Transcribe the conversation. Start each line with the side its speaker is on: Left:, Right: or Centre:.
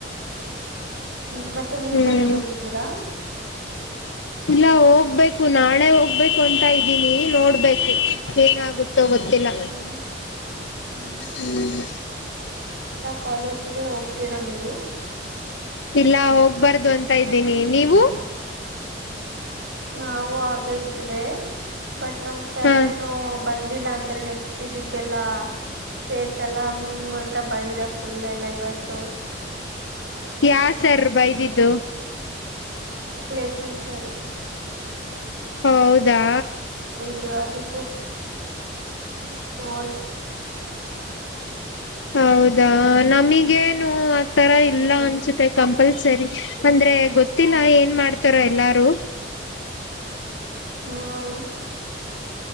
Right: ನೀ ಮತ್ತೆ ನೀವು
Left: ಹ್ಮ್
Right: ಮನೆಗೆ ಹೋಗಿದ್ದೀರಾ?
Left: ಇಲ್ಲ ಹೋಗ್ಬೇಕು. ನಾಳೆ ಹೋಗ್ಬೇಕು ಅಂತ ಇದ್ದೀನಿ ನೋಡ್ಬೇಕು ಏನಾಗುತ್ತೋ ಗೊತ್ತಿಲ್ಲ.
Right: ಹ್ಮ್ ಹ್ಮ್
Left: ಹ್ಮ್
Right: ಕಾಲೇಜಗೆ ಹೋಗ್ತೀರಾ ನೀವು?
Left: ಇಲ್ಲ ಹೋಗ್ಬಾರ್ದು ಅಂತ ಇದ್ದೀನಿ ನೀವು?
Right: ನಾವು ಹಾಗೆ ಇದ್ವೆ. ಬಟ್ ನಮ ಸರೇನು
Left: ಹಾ
Right: ಬಂದಿಲ್ಲ ಅಂದ್ರೆ ನೆಕ್ಸ್ಟ್ ಇದಿಕ್ಕೆಲ್ಲಾ. ಸೇರ್ಸಲ್ಲ ಹಂಗ ಹಿಂಗ ಅಂತ ಬೈದ ಫುಲ್ ಎಲ್ಲ ಇವತ್ತು.
Left: ಯಾ ಸರ್ ಬೈದಿದ್ದು.
Right: ಅದಿಕ್ ಪ್ಲೇಸ್ಮೆಂಟ್ ಸರು.
Left: ಹೌದಾ
Right: ಉತ್ತವಾದಕ್ಕೆ. ಅವ
Left: ಹೌದಾ ನಮಗೇನು
Right: ಹ್ಮ್
Left: ಆತರ
Right: ಹ್ಮ್
Left: ಇಲ್ಲ ಅನ್ಸತೆ ಕಂಪಲ್ಸ ಸರಿ ಅಂದ್ರೆ ಗೊತ್ತಿಲ್ಲ ಏನ್ ಮಾಡ್ತಾರ ಎಲ್ಲಾರು
Right: ಹ್ಮ